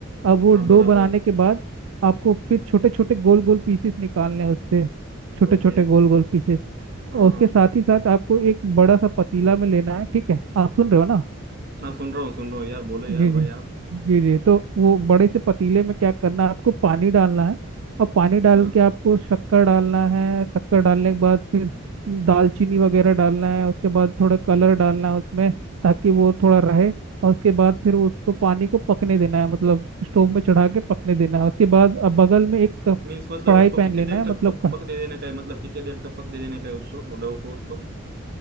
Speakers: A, on the right; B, on the right.
A: अब वो
B: हाँ
A: डो
B: बराबर
A: बनाने के बाद आपको फिर छोटे छोटे गोल गोल पीसेस निकालने हैं उससे छोटे
B: ओके
A: छोटे गोल गोल पीसेस
B: हाँ
A: और उसके
B: हाँ
A: साथ ही साथ आपको एक बड़ा सा पतीला में लेना है ठीक है आप सुन रहे हो ना
B: हाँ सुन रहा हूँ सुन रहा हूँ यार बोलो यार
A: जी
B: भाई
A: जी
B: आप
A: जी जी तो वो बड़े से पतीले में क्या करना है आपको पानी डालना है और पानी डाल
B: हाँ
A: के आपको शक्कर डालना है शक्कर डालने के बाद फिर दालचीनी वगैरह डालना है उसके बाद थोड़ा कलर डालना है उसमें ताकि वो थोड़ा रहे और उसके बाद फिर उसको पानी को पकने देना है मतलब स्टोव में चढ़ा के पकने देना है उसके बाद अब बगल में एक कप-
B: मीन्स मतलब
A: कढ़ाई
B: उसको
A: पैन
B: कितने
A: लेना
B: देर
A: है मतलब
B: तक पक पक दे देने का है मतलब कितने देर तक पक दे देने का है उसको डो को उसको